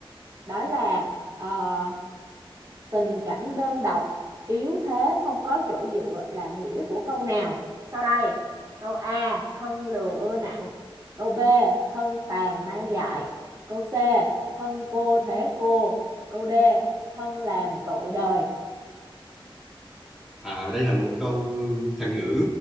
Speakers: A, on the right (about 40°); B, in the centre.
A: Đó là ờ, tình cảnh đơn độc yếu thế không có chỗ dựa là nghĩa của câu nào sau đây câu A thân lừa ưa nặng câu B thân tàn ma dại câu C thân cô thế cô câu D thân làm tội đời
B: à, đây là một câu thành ngữ